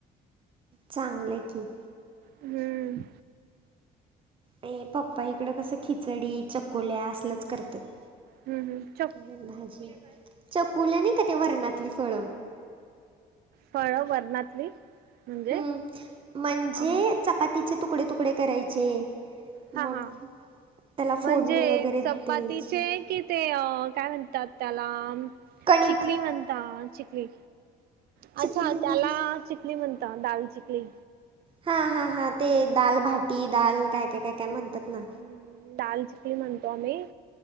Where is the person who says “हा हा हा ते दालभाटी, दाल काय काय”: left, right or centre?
Right